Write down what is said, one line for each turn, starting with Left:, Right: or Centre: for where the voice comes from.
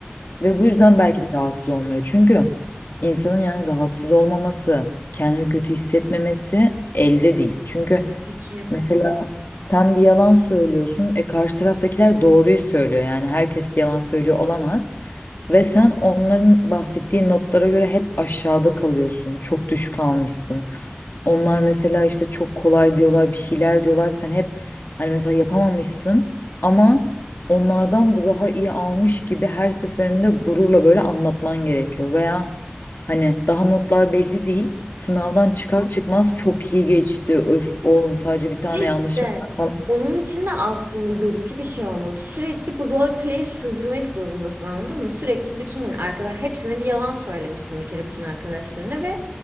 Left: ve bu yüzden belki de rahatsız olmuyor. Çünkü insanın yani rahatsız olmaması, kendini kötü hissetmemesi elde değil. Çünkü
Right: Peki.
Left: mesela sen bir yalan söylüyorsun. E karşı taraftakiler doğruyu söylüyor. Yani herkes yalan söylüyor olamaz. Ve sen onların bahsettiği notlara göre hep aşağıda kalıyorsun. Çok düşük almışsın. Onlar mesela işte çok kolay diyorlar, bir şeyler diyorlar. Sen hep hani mesela yapamamışsın ama onlardan da daha iyi almış gibi her seferinde gururla böyle anlatman gerekiyor. Veya Hani daha notlar belli değil. Sınavdan çıkar çıkmaz çok iyi geçti. Öf oğlum sadece bir tane
Right: de işte
Left: yanlışım var
Right: onun için de aslında yorucu bir şey olmalı. Sürekli bu role play sürdürmek zorundasın anladın mı? Sürekli bütün hani arkadaş hepsine bir yalan söylemişsin bir kere bütün arkadaşlarına ve